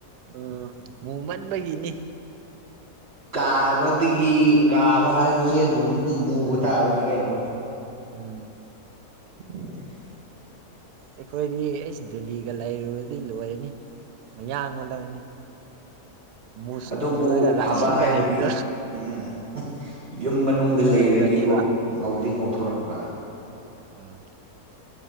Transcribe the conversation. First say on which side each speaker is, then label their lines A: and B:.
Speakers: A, on the right; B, on the right.
A: ꯑꯥ ꯃꯨꯃꯟꯕꯒꯤꯅꯤ
B: ꯀꯥꯕꯗꯒꯤ ꯀꯥꯕ ꯍꯥꯏꯕꯁꯦ ꯑꯗꯨꯝ ꯃꯨꯕ
A: ꯎꯝ
B: ꯇꯥꯕꯅꯤ ꯀꯩꯅꯣ
A: ꯎꯝ
B: <inaudible>
A: ꯑꯩꯈꯣꯏꯗꯤ ꯑꯩꯁ ꯗꯦꯜꯂꯤꯒ ꯂꯩꯔꯨꯔꯗꯤ ꯂꯣꯏꯔꯅꯤ ꯃꯌꯥꯥꯡꯉꯣꯟ ꯑꯂꯅꯤ ꯃꯁꯨ
B: ꯑꯗꯨꯕꯨ
A: ꯃꯨꯔꯒ
B: ꯐꯕ
A: ꯔꯁꯤꯒ
B: ꯍꯥꯏꯔꯗꯤ
A: ꯂꯩꯔꯒꯥ
B: ꯎꯝ ꯌꯨꯝ ꯃꯅꯨꯡꯗ ꯂꯩꯔꯗꯤꯀꯣ
A: ꯎꯔꯅꯦꯕ
B: ꯉꯧꯗꯤ ꯉꯧꯊꯣꯔꯛꯄ
A: ꯑꯝ